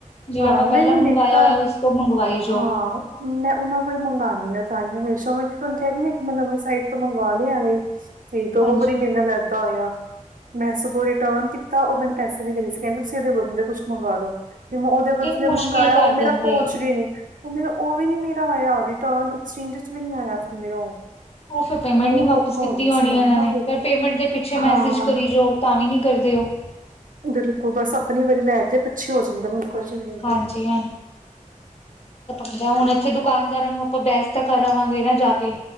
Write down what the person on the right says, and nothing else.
ਹਾਂ
ਨਹੀਂ
ਨਹੀਂ
ਨਹੀਂ ਤਾਂ
ਹਾਂ
ਮੈਂ ਉਹਨਾਂ ਕੋਲ ਮੰਗਵਉਂਣੀ ਆ ਤਾਹੀ ਹਮੇਸ਼ਾ ਮੈਂ ਤੁਹਾਨੂੰ ਕਹਿ ਰਹੀ ਆ ਕਿ ਮੈਂ ਨਵੀਂ ਸਾਈਟ ਤੋਂ ਮੰਗਵਾ ਲਿਆ ਐਵੇਂ ਈ। ਤੇ ਦੋ
ਵਾਰੀ ਮੇਰੇ ਨਾਲ ਏਦਾ ਹੋਇਆ। ਮੈਂ ਸਗੋਂ ਰਿਟਰਨ ਕੀਤਾ ਉਹ ਮੈਨੂੰ ਪੈਸੇ ਨੀ ਦੇ ਰਹੇ ਸੀ ਕਹਿੰਦੇ ਤੁਸੀਂ ਇਦੇ ਬਦਲੇ ਕੁਛ ਮੰਗਵਾ ਲਉ। ਤੇ ਮੈਂ ਉਹਦੇ ਬਦਲੇ
ਮੰਗਾਇਆ
ਉਹ ਮੇਰਾ
ਪਹੁੰਚ
ਗ ਨੀ, ਉਹ ਮੇ ਉਹ ਵੀ ਨੀ ਮੇਰਾ ਆਇਆ ਰਿਟਰਨ ਐਕਸਚੇਂਜ ਚ ਵੀ ਨਹੀਂ ਆਇਆ ਫਿਰ ਮੇਰਾ ਉਹ,
ਬਹੁਤ
ਔਖਾ
ਹੋ ਗਿਆ
ਸੀ ਮੈਨੂੰ
ਨਾ
ਹਾਂ
ਬਿਲਕੁਲ ਬਸ ਆਪ ਆਪਣੀ ਵਾਰੀ ਲੈ ਕੇ ਪੱਛੇ ਹੋ ਜਾਂਦਾ ਮੁਕਰ ਨਹੀਂ ਲੈਂਦੇ,